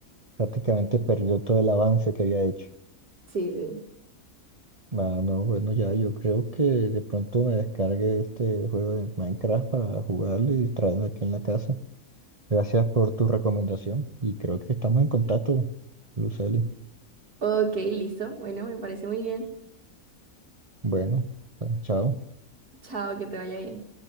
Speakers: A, on the right (about 30°); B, on the right (about 85°).
A: Prácticamente perdió todo el avance que había hecho.
B: Sí, sí.
A: Ah, no, bueno, ya, yo creo que de pronto me descargue este juego de Minecraft para jugarlo y traerme aquí en la casa. Gracias por tu recomendación y creo que estamos en contacto, Luceli.
B: Ok, listo. Bueno, me parece muy bien.
A: Bueno, ah, chao.
B: Chao, que te vaya bien.